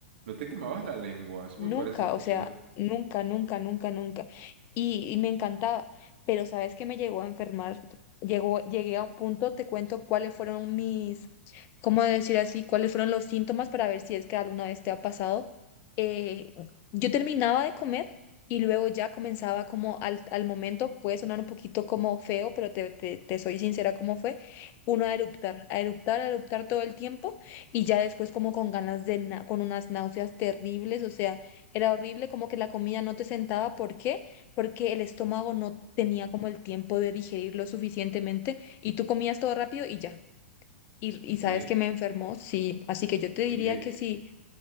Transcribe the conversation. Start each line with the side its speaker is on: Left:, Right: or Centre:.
Right: No te quemabas la lengua, eso
Left: Nunca,
Right: me parece impresionante.
Left: o sea, nunca, nunca, nunca, nunca. Y, y me encantaba, pero ¿sabes qué me llegó a enfermar? Llegó, llegué a un punto, te cuento cuáles fueron mis, ¿cómo decir así? ¿Cuáles fueron los síntomas para ver si es que alguna vez te ha pasado? Eh, yo terminaba de comer y luego ya comenzaba como al, al momento, puede sonar un poquito como feo, pero te, te, te soy sincera cómo fue, uno a eruptar, a eruptar, a eruptar todo el tiempo y ya después como con ganas de, na- con unas náuseas terribles, o sea era horrible, como que la comida no te sentaba. ¿Por qué? Porque el estómago no tenía como el tiempo de digerirlo suficientemente y tú comías todo rápido y ya. Y, y sabes
Right: ¿Qué?
Left: que me enfermó, sí. Así que yo te diría
Right: Oye,
Left: que sí.